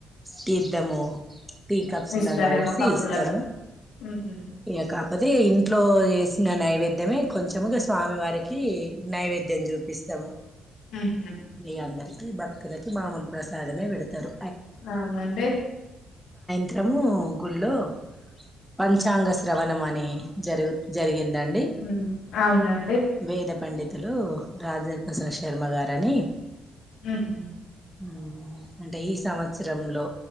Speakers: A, in the centre; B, on the left.
A: తీర్థము సుల్లలో
B: ఇస్తారేమో
A: ఓసి
B: కప్పులలో
A: ఇస్తాము
B: ఉహు,
A: ఇగ కాపోతే ఇంట్లో చేసిన నైవేద్యమే కొంచము ఇగ స్వామి వారికి నైవేద్యం చూపిస్తాము
B: ఉహు.
A: మీ అందరికీ భక్తులకి మామూలు ప్రసాదమే పెడతారు
B: అవునండి
A: త్రము గుళ్ళో పంచాంగ శ్రవణం అని జరుగు జరిగింది దండి
B: ఉమ్, అవునండి
A: వేదం పండితులు రాజేంద్ర ప్రసాద్ శర్మ గారని
B: హ్మ్ హు
A: హ్మ్ అంటే ఈ సంవత్సరంలో